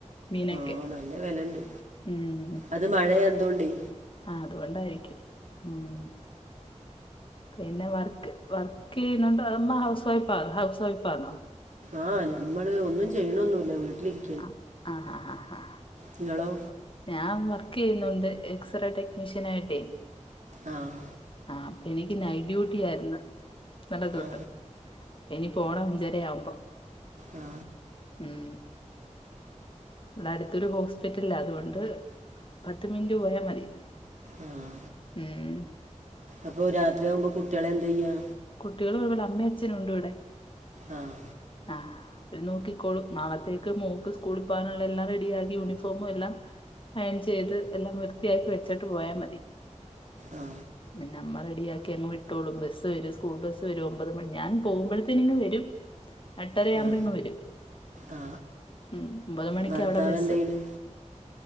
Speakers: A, on the left (about 45°); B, on the right (about 75°).
A: മീനെക്കെ
B: ആ നല്ല വില ഉണ്ട്
A: ഉം
B: അത് മഴയായതുകൊണ്ടേ
A: ആഹ് അതുകൊണ്ടായിരിക്കും ഉം പിന്നെ വർക്ക് വർക്ക് ചെയ്യുന്നുണ്ട് അമ്മ ഹൗസ് വൈഫ് ആണോ ഹൗസ് വൈഫ് ആന്നോ
B: ആഹ് ഞമ്മള് ഒന്നും ചെയ്യണൊന്നുമില്ല വീട്ടിലിരി
A: അഹ് ആഹ്
B: നിങ്ങളോ
A: ഞാൻ വർക്ക് ചെയ്യുന്നുണ്ട് എക്സ്റേ ടെക്നീഷ്യൻ ആയിട്ടേ
B: ആഹ്
A: ആഹ് അപ്പൊ എനിക്ക് നൈറ്റ് ഡ്യൂട്ടി ആയിരുന്നു ഇന്നല തൊട്ട്
B: ആ
A: ഇനി പോണം അഞ്ചര ആവുമ്പോ
B: ആ
A: ഉം ഇവിടെ അടുത്തൊരു ഹോസ്പിറ്റലിലാ അതുകൊണ്ട് പത്ത് മിനിറ്റ് പോയാ മതി
B: ആഹ്
A: ഉം
B: അപ്പൊ രാത്രി ആകുമ്പോ കുട്ടികളെ എന്താ ചെയ്യാ
A: കുട്ടികളും ഇവിടെ അമ്മെ അച്ചനും ഉണ്ട് ഇവിടെ
B: ആഹ്
A: ആഹ് ഓര് നോക്കിക്കോളും നാളത്തേക്ക് മോക്ക് സ്കൂളിൽ പോകാനുള്ള എല്ലാം റെഡിയാക്കി യൂണിഫോമും എല്ലാം അയൺ ചെയ്ത് എല്ലാം വൃത്തിയാക്കി വെച്ചിട്ട് പോയാൽ മതി
B: ആ
A: പിന്നഅമ്മ റെഡിയാക്കി അങ്ങ് വിട്ടോളും ബസ് വരും സ് സ്കൂൾ ബസ് വരും ഒമ്പത് മണി ഞാൻ പോകുമ്പഴുത്തേനിങ്ങ് വരും എട്ടരയാവുമ്പോങ്ങ്
B: ആ
A: വരും
B: ആ
A: ഉ ഒമ്പത് മണക്ക്
B: ഭർത്താവ്
A: അവിടെ ബസ്.
B: എന്ത് ചെയ്യണ്